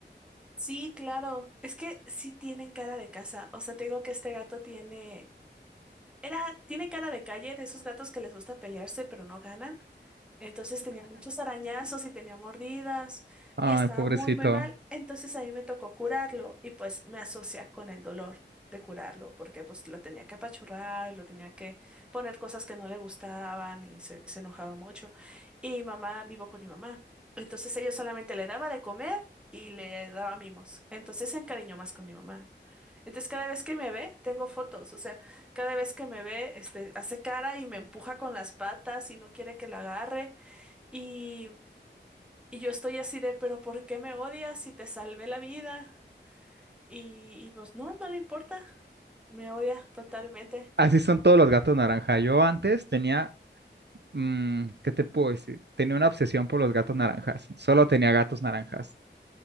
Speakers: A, in the centre; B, on the right.
A: Sí, claro, es que sí tienen cara de casa, o sea, te digo que este gato tiene, era, tiene cara de calle, de esos gatos que les gusta pelearse pero no ganan. Entonces tenía muchos arañazos y tenía mordidas
B: Ay,
A: y estaba
B: pobrecito.
A: muy, muy mal. Entonces a mí me tocó curarlo y pues me asocia con el dolor de curarlo porque pues lo tenía que apachurrar, lo tenía que poner cosas que no le gustaban y se, se enojaba mucho. Y mi mamá, vivo con mi mamá. Entonces ella solamente le daba de comer y le daba mimos. Entonces se encariñó más con mi mamá. Entonces cada vez que me ve, tengo fotos, o sea, cada vez que me ve, este, hace cara y me empuja con las patas y no quiere que la agarre. Y, y yo estoy así de, pero ¿por qué me odias si te salvé la vida? Y, y pues no, no le importa. Me odia totalmente.
B: Así son todos los gatos naranja. Yo antes tenía, mm, ¿qué te puedo decir? Tenía una obsesión por los gatos naranjas. Solo tenía gatos naranjas.